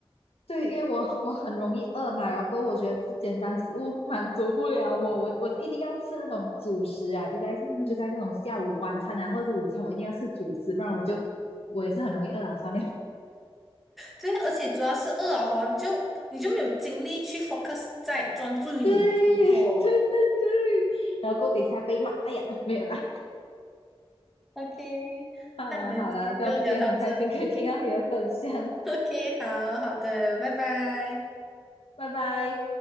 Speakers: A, on the left; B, in the centre.
A: 对，因为我我很容易饿嘛，然后我觉得这简单食物满足不了我，我我一定要吃那种主食啊，就在就在那种下午晚餐啊或者午餐，
B: 嗯，
A: 我一定要吃主食，不然我就我也是很容易饿啊，算了。
B: 对啊，而且主要是饿了吼你就你就没有精力去 focus 在专注于你的工作。
A: 对 <laughs> 对对对，然后锅底下被骂，哎呀，没有啦，
B: OK，
A: 好啦好啦，
B: 那我们今天就聊到这里。
A: 今天很开心可以听到你的分享，
B: <laughs> OK，好好的，拜拜。
A: 拜拜。